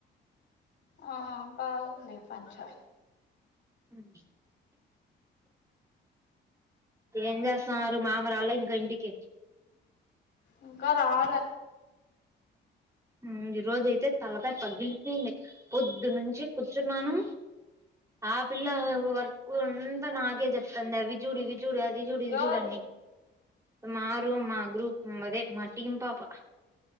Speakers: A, on the left (about 65°); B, on the right (about 15°).
A: ఆ బాగుంది ప చ
B: హ్మ్ ఏం చేస్తాన్నారు మామరాల ఇంక ఇంటికి
A: ఇంకా రాల్
B: ఉమ్ ఈ రోజయితే తలకాయ పాగ్గిలిపోయింది పొద్దునుంచి కూర్చున్నాను ఆ పిల్ల వరకు అంతా నాకే చెప్తుంది అవి జుడి ఇవి జుడేది జుడిది
A: ఎవరు
B: జుడని మా రూ మా గ్రూప్ అదే మా టీమ్ పాపా